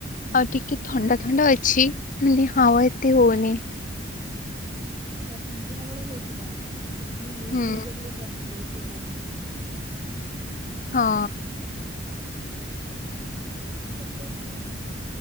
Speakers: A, on the left; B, on the right.
A: ଆଉ ଟିକେ ଥଣ୍ଡା ଥଣ୍ଡା ଅଛି ମାନେ ହାୱ ଏତେ ହଉନି।
B: ନା ଏଠି ହଉଥିଲା ସନ୍ଧ୍ୟା ବେଳୁ ହଉଥିଲା ଏଇ ଏଇ
A: ହୁଁ
B: ଖୁଣିକା ଟିକେ କମି ଯାଇଚି ହଉନି ପବନ।
A: ହଁ।
B: ସନ୍ଧ୍ୟାଳେ ପୁରା